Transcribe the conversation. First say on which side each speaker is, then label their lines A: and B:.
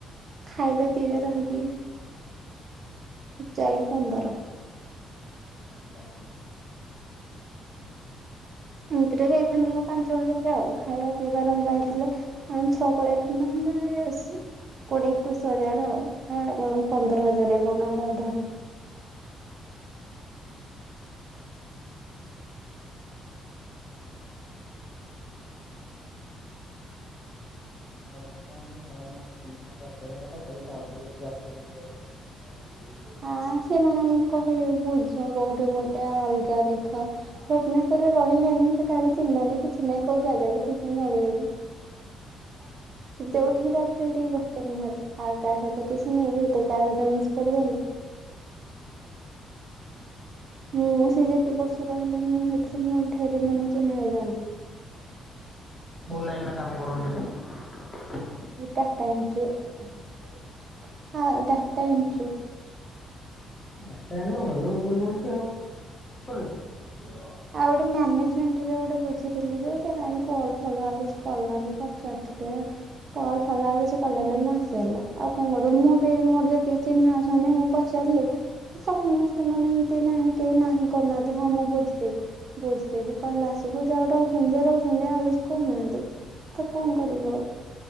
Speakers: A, on the right (about 45°); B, on the left (about 20°).
A: ଖାଇବା ପିଇବା ରହିକି ଜାଇ ପନ୍ଦର।
B: ଆ ପା <unintelligible>
A: ଏମିତିରେ ଯାଇଥାନ୍ତା ଆଉ ପାଞ୍ଚ ହଜାର ଆଉ ଖାଇବା ପିଇବା ରହିବା ହେଇଥିଲେ କ ଛଅ ପଳେଇଥାନ୍ତା ଏତି କୋଡିଏ ଏକୋଇଶ ହଜାର ଆଉ କଣ ପନ୍ଦର ହଜାର କଣ ଧର।
B: ବାବୁ କଣ କରୁ ନ ଦ କଥା ପଇସା କରିବା। <unintelligible>
A: ହଁ ସେମାନେ ମୁଁ କହିବି ବୁଝ କୋଉଠୁ ଗୋଟେ ଅଲଗା ଦେଖ ଭୁବନେଶ୍ୱରରେ ରହିଲେଣି ସେ କାହାକୁ ଚିହ୍ନି ନାହାନ୍ତି କିଛି ନାହିଁ କୋଉ ଜାଗା ବି ଠିକ ନାହିଁ ଜାଣିବେନି ଯୋଉଠିକ ଯ ସେଇଠି ଗୋଟେ ମୁହଁରେ ଆଉ କାସହିତ କିଛି ନେଇିଟୋ ସହିତ ମିଶପାରିବେନି। ମୁଁ ସେିଏ ଯେତେ ବର୍ଷ ରହିଲାଣି ମୁଁ ହେଇଥିଲି ମୋ ଠେରେ ମାନେ ଚିହ୍ନା ହେଇ
B: ଓ ଲାଇ କାମ କରନ୍ତି ଏଠି
A: ଡାଟ ଏଣ୍ଟି ଆ ଡାଟା ଏଣ୍ଟି।
B: ନଟଲ ଗୁଣ <inaudible> <unintelligible>
A: ଆଉ ଗୋଟେ ମ୍ୟାନେଜମେଣ୍ଟରେ ଗୋଟେ ବୁଝିଥିଲୁ ଯେ ସେ କାହିଁକ କଲ ଫଲ ଆଉ କିଛି କଲାନି ପଚାରିଥିଲୁ କଲ ଫଲ ଆଉ କିଛି କଲାନି ମୁଁ ଆସିଗଲା ଆଉ କଣ କରିବ ମୁଁ ବି ମୋର ଯେତିକି ଚିହ୍ନା ଅଛନ୍ତି ମୁଁ ପଚାରିଲି ସମସ୍ତେ ମାନେ ଏମିତି ନାହିଁ କେହି ନାହିଁ କରୁନାହାନ୍ତି ହଁ ମୁଁ ବୁଝ ବ ବୁଝିଦେବି କହିଲେ ଆସିବୁ ଯାଉ ରହୁଛନ୍ତି ଯେ ରହୁଛନ୍ତି ଆଉ କିଛି କହୁନାହାନ୍ତି ତ କଣ କରିବୁ ଆଉ